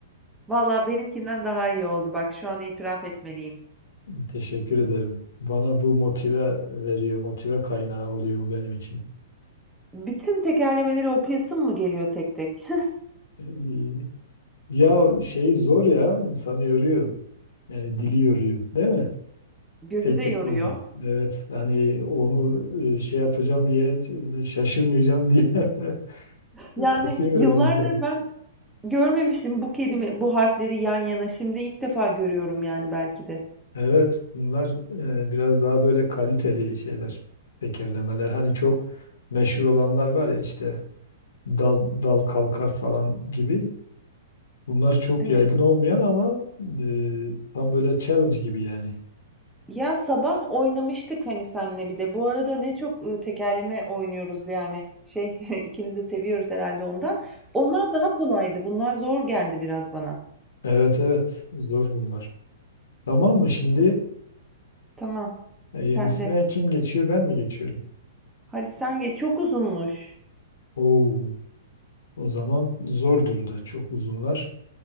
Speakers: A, in the centre; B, on the left.
A: Valla benimkinden daha iyi oldu. Bak şu an itiraf etmeliyim.
B: Teşekkür ederim. Bana bu motive veriyor, motive kaynağı oluyor bu benim için.
A: Bütün tekerlemeleri okuyasım mı geliyor tek tek?
B: Ee, Ya şey zor ya, insanı yoruyor. Yani dili yoruyor, değil mi?
A: Gözü
B: Tek
A: de
B: tek
A: yoruyor.
B: oldu. Evet hani onu e, şey yapacağım diye e, şaşırmayacağım diye <laughs>
A: Yani
B: kasıyor biraz
A: yıllardır
B: insan.
A: ben görmemiştim bu kelime, bu harfleri yan yana. Şimdi ilk defa görüyorum yani belki de.
B: Evet bunlar e, biraz daha böyle kaliteli şeyler. Tekerlemeler hani çok meşhur olanlar var ya işte dal, dal kalkar falan gibi. Bunlar çok
A: Evet.
B: yaygın olmayan ama e, tam böyle challenge gibi yani.
A: Ya sabah oynamıştık hani senle bir de. Bu arada ne çok e, tekerleme oynuyoruz yani. Şey <laughs> ikimiz de seviyoruz herhalde ondan. Onlar daha kolaydı. Bunlar zor geldi biraz bana.
B: Evet evet zor bunlar. Tamam mı şimdi
A: Tamam.
B: E, yenisine
A: Sen de.
B: kim geçiyor ben mi geçiyorum?
A: Hadi sen geç. Çok uzunmuş.
B: Oo. O zaman zordur da çok uzunlar.